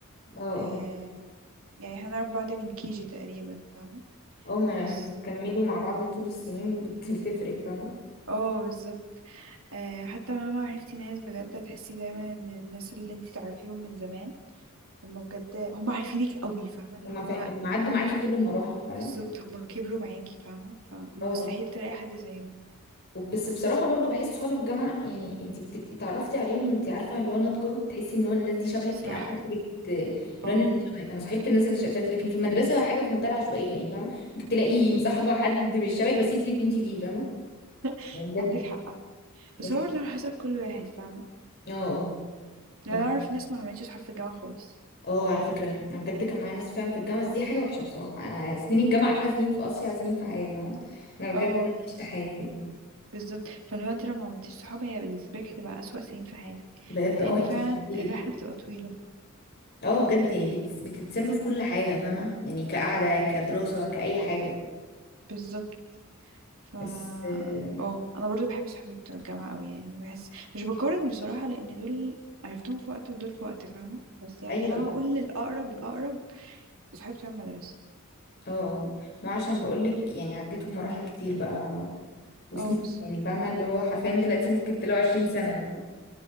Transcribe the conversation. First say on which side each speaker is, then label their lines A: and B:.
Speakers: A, on the left (about 50°); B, on the right (about 65°).
A: اه
B: آه
A: اه
B: يعني احنا نعرف بعض من كيجي تقريبا فاهمه
A: اه ما
B: بس
A: لما بيكملوا مع بعض طول السنين بت... <laughs> بتفرق فاهمة
B: اه بالظبط آه حتى مهما عرفتي ناس بجد هتحسي دايما ان الناس اللي انتي تعرفيهم من زمان هم بجد هم عارفينك قوي فاهمه اللي
A: وما
B: هو
A: فا... وما عدوا معاكي كل المراحل فاهمة
B: بالظبط هم كبروا معاكي فاهمه فمستحيل
A: اه
B: تلاقي حد زيهم
A: وب- بس بصراحة برضه بحس صحاب الجامعة يعني انت بتبقي اتعرفتي عليهم وانت عارفة اللي هو ناضجة بتحسي ان هو الناس دي شبهك
B: صح
A: عارفة انت بت اللي هو
B: اه
A: الناس دي شبهك انا صاحبت الناس اللي شبهك لكن في المدرسة حاجة في منتهى العشوائية يعني فاهمة ممكن تلاقي مصاحبة حد مش شبهك بس انت بتموتي فيه فاهمة
B: <laughs>
A: بجد
B: عندك حق آه.
A: لكن
B: بس هو برضه على حسب كل واحد فاهمة
A: اه اه يعني
B: لأن أنا أعرف ناس ما عملتش صحاب في الجامعة خالص
A: اه على فكرة انا بجد كان معايا ناس فاهم في الجامعة بس دي حاجة وحشة بصراحة انا سنين الجامعة احلى سنين في اصيع سنين في حياتي فاهمة؟ انا بجد
B: اه
A: عشت حياتي يعني
B: بالظبط فلو انت لو ما عملتيش صحاب هي بالنسبة لك هتبقى أسوأ سنين في حياتك
A: بجد اه
B: لأن
A: انت
B: فعلا
A: مش هتديلي
B: الرحلة بتبقى طويلة
A: اه بجد يعني بت... بتتسلوا في كل حاجة فاهمة يعني كقعدة كدراسة كأي حاجة
B: بالظبط ف
A: بس آه...
B: اه أنا برضه بحب صحابي بتوع الجامعة أوي يعني بحس مش بقارن بصراحة لأن دول عرفتهم في وقت ودول في وقت فاهمة بس يعني
A: ايوه
B: لو هقول للأقرب الأقرب صحابي بتوع المدرسة
A: اه اه ما هو عشان بقولك يعني عديتوا مراحل كتير بقى مع بعض وسنين
B: اه بالظبط
A: يعني فاهمة اللي هو حرفيا دلوقتي ممكن تلاقوا 20 سنة مثلا